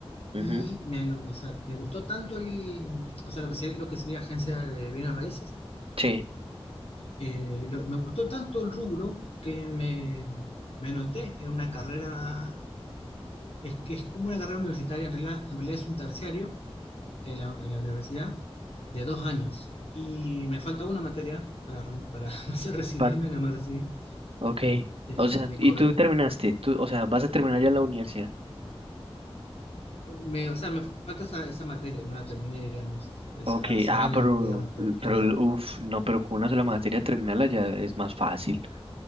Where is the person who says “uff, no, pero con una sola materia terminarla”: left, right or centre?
Right